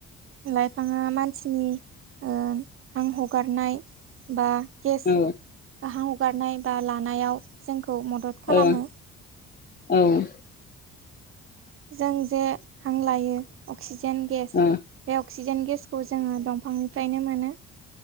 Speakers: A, on the right (about 45°); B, on the left (about 30°).
A: लाइफाङा मानसिनि ओ हां हगारनाय बा गेस
B: औ
A: ओ हां हगारनाय बा लानायाव जोंखौ मदद
B: औ
A: खालामो
B: औ
A: जों जे हां लायो अक्सिजेन गेस
B: औ
A: बे अक्सिजेन गेसखौ जोङो दंफांनिफ्रायनो मोनो